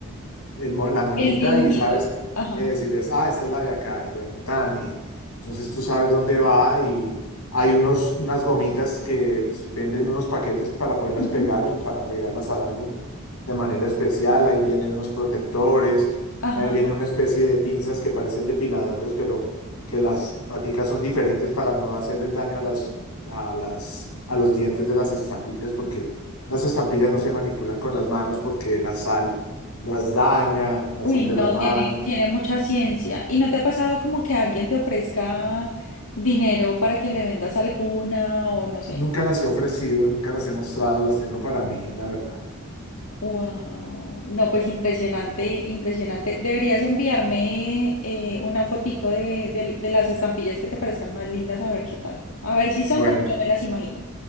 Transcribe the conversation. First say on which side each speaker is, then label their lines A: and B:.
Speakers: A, on the left (about 90°); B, on the left (about 65°).
A: el mo- la monita
B: El dibujito.
A: y sabes
B: Ajá.
A: eso, y ves, ah, esta es la de acá, y bueno, tan, y entonces tú sabes dónde va y hay unos, unas gomitas que s- venden unos paquetes para poderlas
B: Ujú.
A: pegar, un- para pegarlas al álbum de manera especial, ahí vienen unos protectores,
B: Ajá.
A: eh, viene una especie de pinzas que parecen depiladores, pero que las paticas son diferentes para no hacerles daño a las, a las, a los dientes de las estampillas, porque las estampillas no se manipulan con las manos porque la sal las daña, las
B: Uy,
A: sal de
B: no,
A: las manos.
B: tiene, tiene mucha ciencia. ¿Y no te ha pasado como que alguien te ofrezca dinero para que le vendas alguna o no sé?
A: Nunca las he ofrecido, nunca las he mostrado, las tengo para mí, la verdad.
B: Wow. No, pues impresionante, impresionante. Deberías enviarme eh, una fotico de, de- de las estampillas que te parezcan más lindas, a ver qué tal. A ver si son
A: Bueno,
B: como yo me las imagino.